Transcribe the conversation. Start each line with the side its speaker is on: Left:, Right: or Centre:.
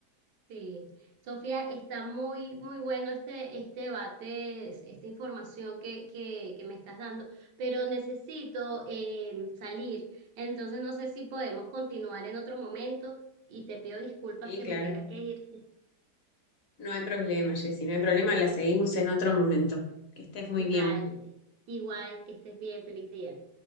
Right: Sí, Sofía, está muy, muy bueno este, este debate, es- esta información que, que, que me estás dando, pero necesito eh, salir, entonces no sé si podemos continuar en otro momento y te pido disculpas
Left: Sí,
Right: que
Left: claro.
Right: me tenga que ir.
Left: No hay problema, Jessy, no hay problema. La seguimos en otro momento. Que estés muy
Right: Vale,
Left: bien.
Right: igual que estés bien, feliz día.